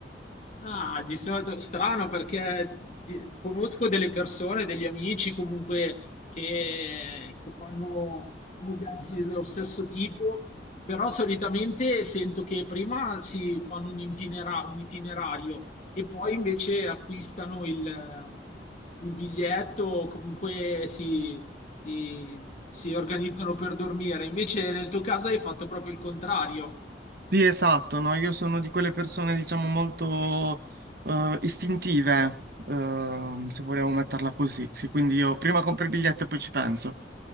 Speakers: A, on the left; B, on the right.
A: Ah, di solito strano perché di- conosco delle persone, degli amici comunque che, che fanno, fanno viaggi dello stesso tipo, però solitamente sento che prima si fanno un itinera- un itinerario e poi invece acquistano il, ehm, il biglietto, comunque si, si si organizzano per dormire. Invece nel tuo caso hai fatto proprio il contrario.
B: Sì, esatto, no? Io sono di quelle persone, diciamo, molto eh, istintive, ehm, se vogliamo metterla così. Sì, quindi io prima compro il biglietto e poi ci penso.